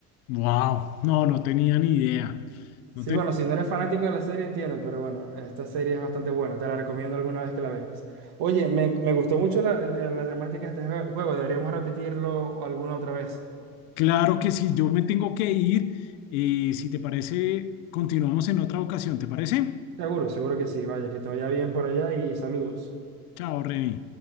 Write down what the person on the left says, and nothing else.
Wow, no, no tenía ni idea. No
te-
Claro que sí, yo me tengo que ir. Eh, si te parece, continuamos en otra ocasión, ¿te parece?
Chao, Reni.